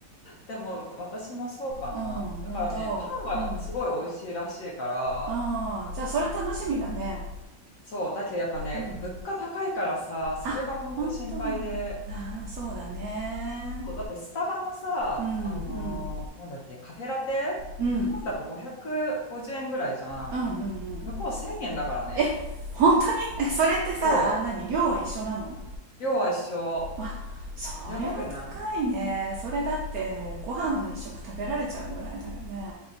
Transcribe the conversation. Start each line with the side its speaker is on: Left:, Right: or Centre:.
Left: でも私もそうかな。
Right: うんほんとうん
Left: だからね、パンはすごい美味しいらしいから、
Right: ああじゃあそれ楽しみだね
Left: まあそう、だけどやっぱね、
Right: うん
Left: 物価高いからさ、それが本当心配で、
Right: あ本当ああーそうだね
Left: そう、だってスタバのさ、
Right: うんうん
Left: あのーなんだっけ、カフェラテ、
Right: うんうん
Left: 日本だと550円ぐらいじゃん。
Right: うんうん
Left: 向こう1000円だからね。
Right: え本当にえ <laughs> それってさ何量は一緒なの
Left: そう、量は一緒。
Right: わそりゃ高いねそれだってご飯が一食食べられちゃうぐらいだよね
Left: やばくない